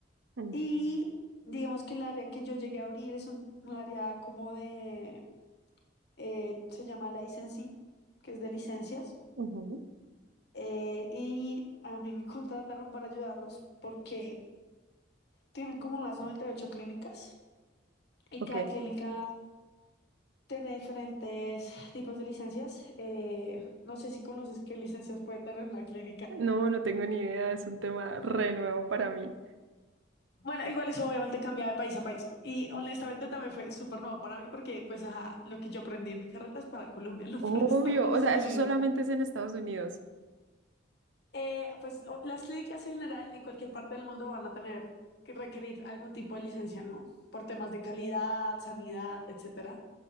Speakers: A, on the right; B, on the left.
A: Mm,
B: Y digamos que el área que yo llegué a abrir es un, un área como de eh, se llama licensing, que es de licencias,
A: ujú,
B: eh, y a mí me contrataron para ayudarlos porque tienen como unas 98 clínicas y
A: Ok.
B: cada clínica tiene diferentes tipos de licencias. eh, no sé si conoces qué licencias puede tener una clínica.
A: No, no tengo ni idea, es un tema re nuevo para mí.
B: Bueno, igual eso obviamente cambia de país a país ¿no? y honestamente también fue súper nuevo para mí porque pues ajá, lo que yo aprendí en mi carrera es para Colombia, no para
A: Obvio,
B: <laughs> Estados
A: o sea,
B: Unidos.
A: eso solamente es en Estados Unidos.
B: Eh, pues o- las clínicas en general en cualquier parte del mundo van a tener que requerir algún tipo de licencia, ¿no? Por temas de calidad, sanidad, etcétera.